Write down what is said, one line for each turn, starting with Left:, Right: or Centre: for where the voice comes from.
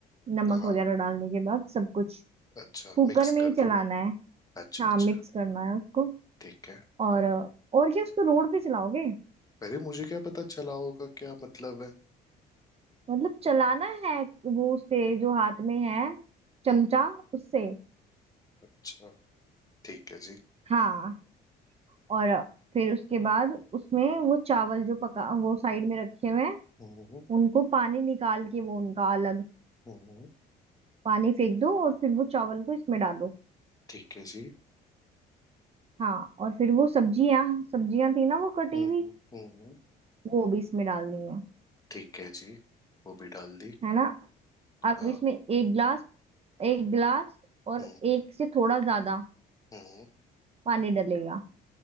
Right: नमक
Left: कहाँ
Right: वगैरह डालने के बाद सब कुछ
Left: अच्छा
Right: कुकर
Left: मिक्स
Right: में
Left: कर
Right: ही चलाना
Left: दूँ
Right: है
Left: अच्छा
Right: हाँ
Left: अच्छा
Right: मिक्स करना है उसको
Left: ठीक है
Right: और अ, और क्या उसको रोड पे चलाओगे
Left: अरे मुझे क्या पता चला होगा क्या मतलब है
Right: मतलब चलाना है वो उससे जो हाथ में है चमचा
Left: हम्म,
Right: उससे
Left: अच्छा ठीक है जी
Right: हाँ और फिर उसके बाद उसमें वो चावल जो पका वो साइड में रखे हुए हैं
Left: हम्म
Right: उनको पानी निकाल के वो उनका अलग
Left: हम्म
Right: पानी फेंक दो और फिर वो चावल को इसमें डालो
Left: ठीक है जी
Right: हाँ और फिर वो सब्जियां सब्जियां थी ना वो कटी
Left: हम्म
Right: हुई
Left: हम्म
Right: वो भी इसमें डालनी है
Left: ठीक है जी वो भी डाल दी
Right: है ना अब
Left: हाँ
Right: इसमें एक गिलास एक गिलास और
Left: हम्म
Right: एक से थोड़ा ज्यादा
Left: हम्म
Right: पानी डलेगा